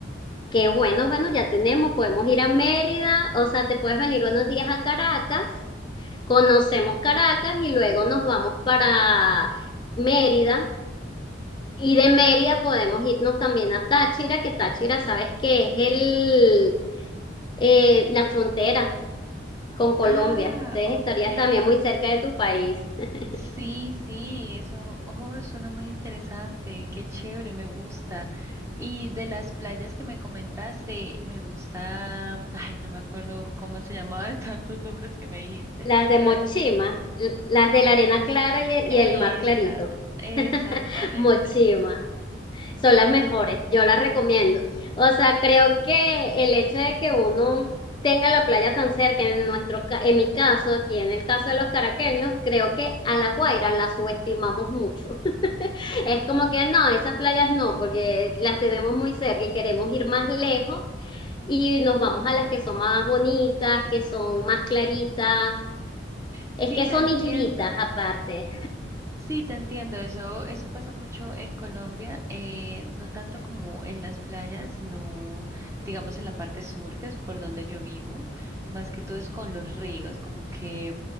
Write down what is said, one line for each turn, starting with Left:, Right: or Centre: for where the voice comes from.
Left: Que bueno, bueno, ya tenemos, podemos ir a Mérida, o sea, te puedes venir unos días a Caracas, conocemos Caracas y luego nos vamos para Mérida. Y de Mérida podemos irnos también a Táchira, que Táchira, sabes que es el, eh, la frontera. con Colombia.
Right: Ah,
Left: Entonces
Right: ok.
Left: estarías también muy cerca de tu país. <laughs>
Right: Sí, sí, eso, oh, suena muy interesante. Qué chévere, me gusta. Y de las playas que me comentaste, me gusta, ay, no me acuerdo cómo se llamaba de tantos nombres que me dijiste,
Left: Las de
Right: pero
Left: Mochima, l- las de la arena clara y,
Right: esta,
Left: y el mar clarito.
Right: exactamente.
Left: <laughs> Mochima, son las mejores, yo las recomiendo. O sea, creo que el hecho de que uno tenga la playa tan cerca, en nuestro, ca- en mi caso, aquí en el caso de los caraqueños, creo que a La Guaira la subestimamos mucho. Es como que no, esas playas no, porque las tenemos muy cerca y queremos ir más lejos y nos vamos a las que son más bonitas, que son más claritas.
Right: Sí,
Left: Es que
Right: te
Left: son
Right: entiendo.
Left: islitas aparte.
Right: Sí, te entiendo, eso, eso pasa mucho en Colombia, eh, no tanto como en las playas, sino digamos en la parte sur, que es por donde yo vivo, más que todo es con los ríos, como que